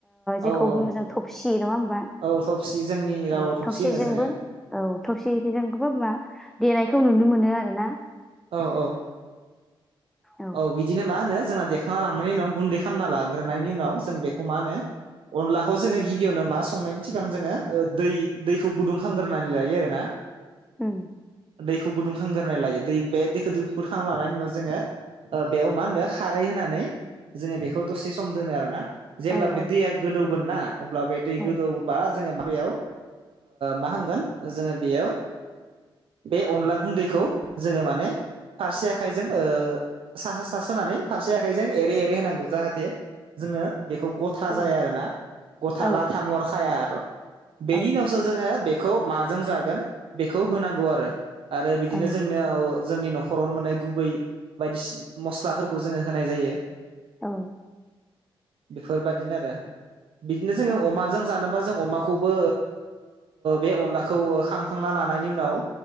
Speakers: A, on the right; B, in the centre.
A: औ
B: जेखौ
A: औ
B: बुंङो जों थबसि नंङा होमबा
A: औ सबसि जोंनि राव
B: औ
A: थबसि
B: थबसिजोंबो
A: होनो जोङो
B: औ थबसिजों होनबा देनायखौ नुनो मोनो आरो ना
A: औ औ
B: औ
A: औ बिदिनो मा होनो जोंना देखांना लांनायनि उनाव गुन्दै खालामना लाग्रोननि उनाव जों बेखौ मा होनो अनलाखौ जोंङो गिबियावनो मा संनायनि सिगां जोङो दै दैखौ गुदुं खालामग्रोनानै लायो आरोना
B: <unintelligible>
A: दैखौ गुदुंखांग्रोनाय लायो दै बे दैखौुं गुदुंखांना लानायनि उनाव जोंङो बेयाव मा होनदों खारै होनानै जोंङो बेखौ दसे सम दोनो आरोना जेब्ला
B: औ
A: बे
B: औ
A: दैया गोदौगोन ना अब्ला बे दै
B: औ
A: गोदौबा जोंङो माबायाव मा खामगोन जोंङो बेयाव बे अनला गुन्दैखौ जोंङो माने फारसे आखाइजों सा सास होनानै फारसे आखाइजों एरै एरै होनांगौ जाहाथे जोंङो बेखौ गथा गथा
B: औ
A: ज आरोना गथा
B: औ
A: लाथा महरखाया आरो बेनि
B: औ
A: उन जो बेखौ माजों जागोन बेखौ होनांगौ आरो आरो बिदिनो
B: औ
A: जोंनो जोंनि न'खरावनो मोननाय गुबै बायदिसिना मस्लाफोरखौ जोंङो होनाय जायो।
B: औ
A: बेफोरबायादिनो आरो बिदिनो जोंङो
B: औ
A: अमाजों जानो माबा जों अमाखौबो बे अनलाखौ खांखांना लानायनि उनाव